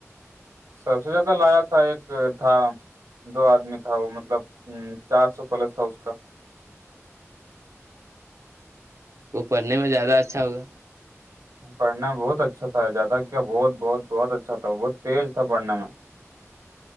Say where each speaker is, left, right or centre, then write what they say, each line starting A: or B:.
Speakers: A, on the right; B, on the right.
A: سب سے زیادہ لایا تھا ایک تھا دو آدمی تھا وہ مطلب ام چار سو پلس تھا اس کا
B: وہ پڑھنے میں زیادہ اچھا ہوگا
A: پڑھنے میں بہت اچھا تھا جیادہ کیا بہت بہت بہت اچھا تھا بہت تیز تھا پڑھنے میں